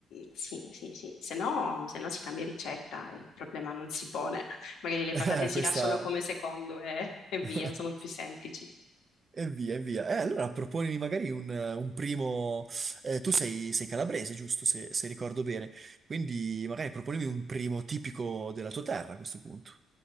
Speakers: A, on the left; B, on the right.
A: Sì, sì, sì, se no, se no si cambia ricetta e il problema non si pone. Magari le patate
B: <laughs> Eh,
A: si
B: Questa...
A: lasciano come secondo e, e via,
B: <laughs>
A: sono più semplici.
B: E via, e via. Eh, allora proponimi magari un, un primo... eh, tu sei, sei calabrese, giusto, se, se ricordo bene. Quindi magari proponimi un primo tipico della tua terra a questo punto.